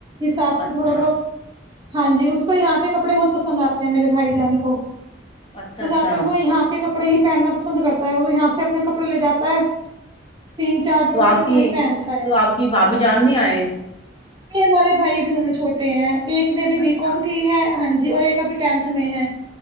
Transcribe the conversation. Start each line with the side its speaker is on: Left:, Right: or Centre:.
Right: حساب سے
Left: اچھا
Right: تھوڑا بہت ہاں جی اس کو یہاں کے کپڑے بہت پسند آتے ہیں میرے بھائی جان کو
Left: اچھا
Right: تو
Left: اچھا
Right: زیادہ تر وہ یہاں آ کے کپڑے ہی پہنا پسند کرتے وہ تو یہاں سے اپنے کپڑے لے جاتا ہے تین چار جوڑے
Left: تو آپ
Right: پھر
Left: کی
Right: وہی پہنتا
Left: تو
Right: ہے
Left: آپ کی بھابھی جان نہیں آئے
Right: یہ ہمارے بھائی یہ بھی دونوں چھوٹے ہیں ایک نے بھی
Left: اچھا
Right: بی کوم کی ہے ہاں ج جی اور ایک ابھی ٹینتھ میں ہے